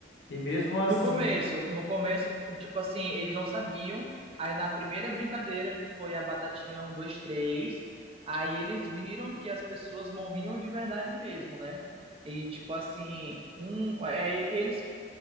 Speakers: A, on the left; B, on the right.
A: e mesmo assim,
B: No começo,
A: eles-
B: no começo, tipo assim, eles não sabiam. Aí na primeira brincadeira, que foi a batatinha um, dois, três, aí eles viram que as pessoas morriam de verdade mesmo, né? E tipo assim, um, é, eles